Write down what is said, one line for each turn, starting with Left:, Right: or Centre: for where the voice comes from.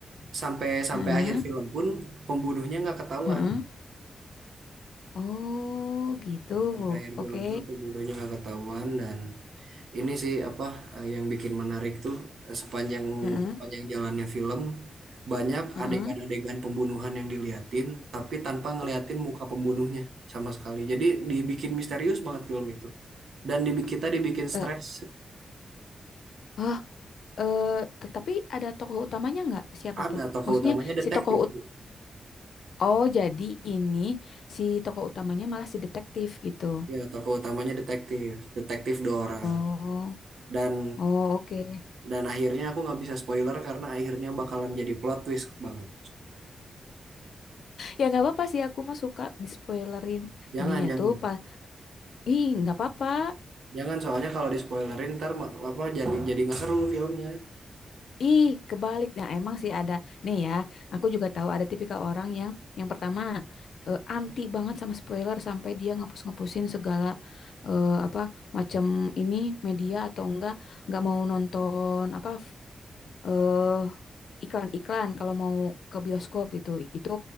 Right: sampai sampai
Left: Heeh,
Right: akhir film pun pembunuhnya nggak ketahuan.
Left: heeh. Oh, gitu.
Right: Sampai akhir
Left: Oke.
Right: film pun pembunuhnya nggak ketahuan dan ini sih apa eh, yang bikin menarik tuh eh, sepanjang
Left: Heeh,
Right: sepanjang jalannya film banyak
Left: heeh.
Right: adegan-adegan pembunuhan yang diliatin tapi tanpa ngeliatin muka pembunuhnya sama sekali. Jadi dibikin misterius banget film itu. Dan dibikin kita dibikin
Left: Eh,
Right: stres.
Left: ah, eh, tetapi ada tokoh utamanya nggak?
Right: <laughs>
Left: Siapa
Right: Ada
Left: tuh?
Right: tokoh
Left: Maksudnya
Right: utamanya detektif.
Left: si tokoh ut
Right: Bu.
Left: Oh, jadi ini si tokoh utamanya malah si detektif gitu.
Right: Ya, tokoh utamanya detektif. Detektif dua orang.
Left: Oh,
Right: dan
Left: oh oke.
Right: dan akhirnya aku nggak bisa spoiler karena akhirnya bakalan jadi plot twist banget.
Left: Ya nggak apa-apa sih aku mah suka di spoilerin.
Right: Jangan,
Left: Jadinya
Right: jangan.
Left: tuh pas, ih nggak apa-apa.
Right: Jangan soalnya kalau di spoilerin ntar ma- apa jadi jadi nggak seru filmnya.
Left: Ih, kebalik. Nah, emang sih ada. Nih ya, aku juga tahu ada tipikal orang yang yang pertama eh, anti banget sama spoiler sampai dia ngapus-ngapusin segala eh, apa macam ini media atau enggak enggak mau nonton apa eh iklan-iklan kalau mau ke bioskop gitu. Itu